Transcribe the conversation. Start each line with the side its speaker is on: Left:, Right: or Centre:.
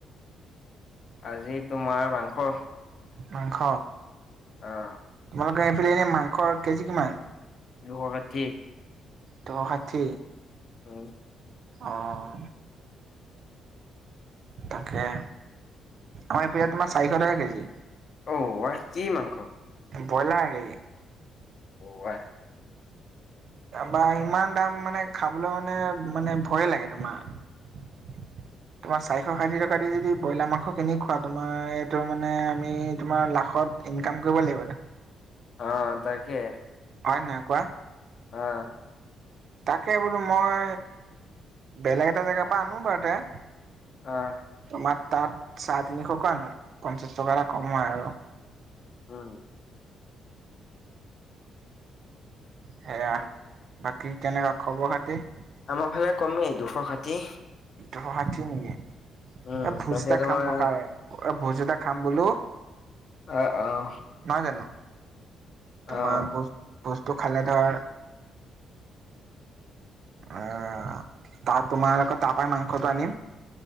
Left: আজি তোমাৰ মাংস।
Right: মাংস?
Left: অঁহ।
Right: তোমালোকৰ এনে সেইফালে মাংসৰ কেজি কিমান?
Left: দুশ ষাঠি।
Right: দুশ ষাঠি?
Left: উম।
Right: অঁ, তাকে। অ' এই পিনে তোমাৰ চাৰিশ টকা কেজি।
Left: অহ ৱাই কি মাংস?
Right: ব্ৰইলাৰ নেকি?
Left: <unintelligible>
Right: বা ইমান দাম মানে খাবলৈ মানে মানে ভয়ে লাগে তোমাৰ। <inaudible> তোমাৰ চাৰিশ ষাঠি টকা দি যদি ব্ৰইলাৰ মাংস কিনি খোৱা, তোমাৰ এইটো মানে আমি তোমাৰ লাখত ইনকাম কৰিব লাগিব আৰু।
Left: অঁ, তাকে।
Right: হয় নাই কোৱা?
Left: অঁ।
Right: তাকে বোলো মই বেলেগ এটা জেগাৰ পৰা আনো বাৰুতে।
Left: আহ।
Right: তোমাৰ তাত চাৰে তিনিশ কৈ আনো, পঞ্চাশ টকা এটা কম হয় আৰু।
Left: উম।
Right: সেয়া বাকী কেনেকুৱা খবৰ-খাতি?
Left: আমাৰ ফালে কমেই দুশ ষাঠি।
Right: দুশ ষাঠি নেকি?
Left: উম
Right: এ ভোজ
Left: তাকে
Right: এটা
Left: তোমাৰ
Right: খাম ৰখা এ ভোজ এটা খাম বোলো।
Left: অ, অ।
Right: নহয় জানো, তোমাৰ
Left: আহ
Right: ভছ ভোজ খালে ধৰ অঁ, তাৰ তোমালোকৰ তাৰপাই মাংসটো আনিম।